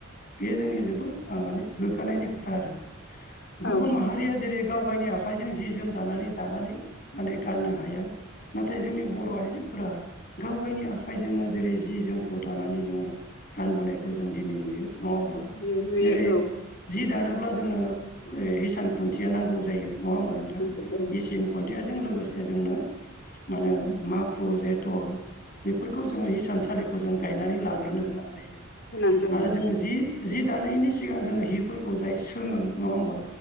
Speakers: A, on the left; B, on the left.
A: बे जोंनि जोबोद माने गोग्गानायनि खोथा आरो
B: औ
A: गुबुन माहारिया जेरै गाव गायनि आख आखाइजों जि जोम दानानै दानानै माने गाननो हाया नाथाय जोंनि बर' आइजोफोरा गाव गावनि आखाइजोंनो जेरै जि जोमखौ दानानै जोङो गानबोनायखौ जों दिनै नुयो नङा होनब्ला।
B: नुयो नुयो
A: जेरै
B: औ
A: जि दानोब्ला जोंनो हिसान खुन्थिया नांगौ जायो नङा होमबा नोंथां
B: नंगौ औ
A: इसिन खन्थयाजों लोगोसे जोंनो माने माखु जे टर बेफोरखौ जोङो हिसानसालिखौ जों गायनानै लाग्रोनो गोनां जायो।
B: गोनां जायो
A: आरो जों जि जि दानायनि सिगां जोङो हफोरखौ जाय सोङो नङा होमबा